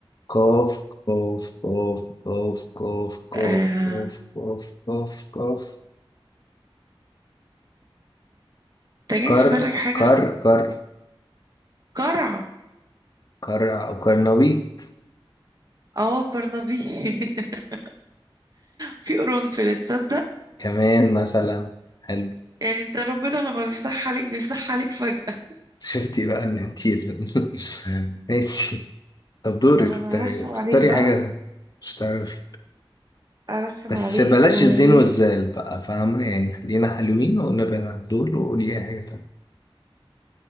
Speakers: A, on the left; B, on the right.
A: قاف قاف قاف قاف قاف
B: آه
A: قاف قاف قاف قاف قاف
B: انت جاي
A: كر
B: في بالك حاجة
A: كر كر
B: قرع
A: كر أو كرنبيط
B: اه قرنبي <laughs> في قرنفل تصدق
A: كمان مثلا حلو.
B: يعني انت ربنا لما بيفتح عليك بيفتح عليك فجأة
A: شفتي بقى ان انتي ال- <laughs> ماشي طب دورك
B: طب انا
A: تا-
B: هرخم
A: اختاري
B: عليك بقى
A: حاجة مش تعرفي
B: ارخم
A: بس
B: عليك
A: بلاش
B: وايه
A: الزين والزال بقى فاهمة يعني خلينا حلوين ونبعد عن دول وقولي أي حاجة تانية